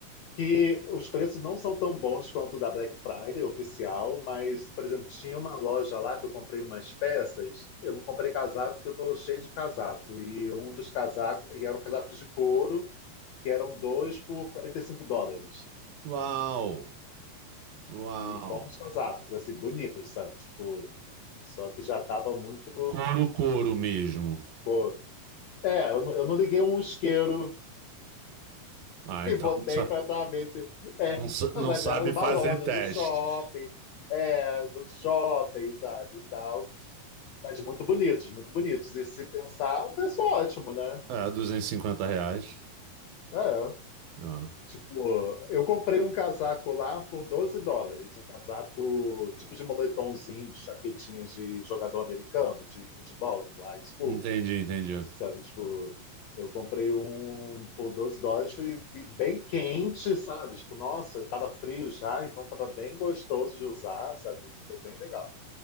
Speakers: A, on the left; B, on the right.
A: que os preços não são tão bons quanto o da Black Friday oficial, mas, por exemplo, tinha uma loja lá que eu comprei umas peças. Eu não comprei casaco porque eu estou cheio de casaco. E um dos casacos, e eram casacos de couro, que eram dois por 45 dólares.
B: Uau, uau.
A: E bons casacos, assim, bonitos, sabe? Tipo, só que já estava muito
B: Couro, couro mesmo.
A: couro. É, eu não, eu não liguei um isqueiro
B: Ah,
A: <laughs> E
B: então
A: botei
B: não
A: pra atravessar. É,
B: Não, sa- não
A: mas
B: sabe
A: era numa
B: fazer
A: loja,
B: testes.
A: no shopping. É, no shopping, sabe? E tal. Mas muito bonitos, muito bonitos. E se pensar, é um preço ótimo, né?
B: É, 250 reais.
A: É.
B: Ah,
A: Tipo, eu comprei um casaco lá por 12 dólares. Um casaco tipo de moletomzinho, de jaquetinha de jogador americano, de futebol, de high school.
B: entendi, entendi.
A: sabe? Tipo, eu comprei um por 12 dólares e, e bem quente, sabe? Tipo, nossa, tava frio já, então tava bem gostoso de usar, sabe? Foi bem legal.